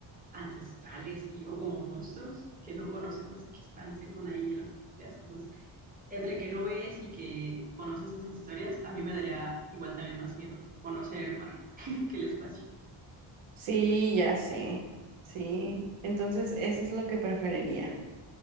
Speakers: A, on the right; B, on the right.
A: ancestrales y, o como monstruos que no conocemos y que están según ahí en las profundidades. Entonces, entre que no ves y que conoces esas historias, a mí me daría igual también más miedo conocer el mar <laughs> que el espacio.
B: Sí, ya sé. Sí. Entonces, eso es lo que preferiría.